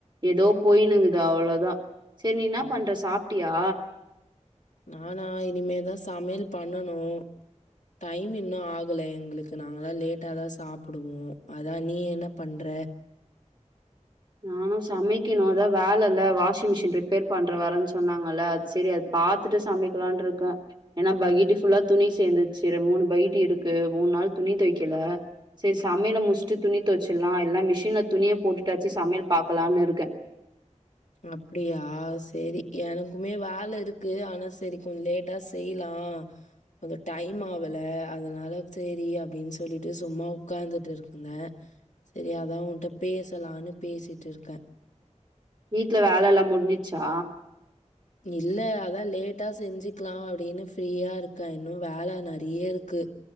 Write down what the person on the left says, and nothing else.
அப்-
நானா இனிமேதான் சமையல் பண்ணனும் டைம் இன்னும் ஆகலை எங்களுக்கு நாங்களல்லாம் லேட்டாதான் சாப்பிடுவோம் அதான் நீ என்ன பண்ற
அப்படியா சரி எனக்குமே வேலை இருக்கு ஆனா சரி கொஞ்சோ லேட்டா செய்யலாம் கொஞ்சோ டைம் ஆகல அதனால சரி அப்படின்னு சொல்லிட்டு சும்மா உட்கார்ந்துட்டு இருந்த சரி, அதா உன்ட்ட பேசலானு பேசிட்டு இருக்கே.
இல்ல அதான் லேட்டா செஞ்சுக்கலா அப்டினு ஃப்ரீயா இருக்கேன் இன்னும் வேல நறைய இருக்கு